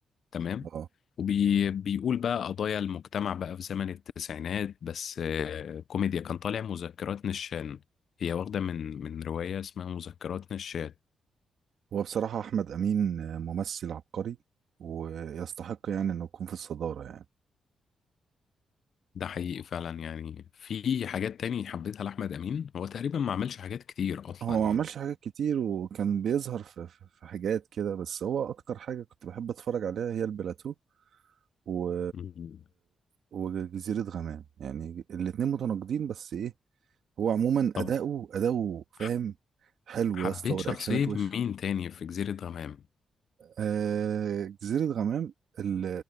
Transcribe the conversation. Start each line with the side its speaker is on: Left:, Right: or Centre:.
Left: تمام
Right: اه
Left: وبيقول بقى قضايا المجتمع بقى في زمن التسعينات بس آه، كوميديا كان طالع مذكرات نشان هي واخدة من من رواية اسمها مذكرات نشان
Right: هو بصراحة أحمد أمين ممثل عبقري ويستحق يعني إنه يكون في الصدارة يعني
Left: ده حقيقي فعلا يعني في حاجات تاني حبيتها لأحمد أمين هو تقريبا ما عملش حاجات كتير أصلا
Right: هو ما
Left: يعني
Right: عملش حاجات كتير وكان بيظهر في, في في حاجات كده بس هو أكتر حاجة كنت بحب أتفرج عليها هي البلاتو و...
Left: مم.
Right: وجزيرة غمام يعني الاتنين متناقضين بس إيه هو عموما
Left: طب
Right: أداؤه أداؤه فاهم
Left: ح-
Right: حلو
Left: حبيت
Right: يا اسطى ورياكشنات
Left: شخصية
Right: وش
Left: مين تاني في جزيرة غمام
Right: آه جزيرة غمام ال-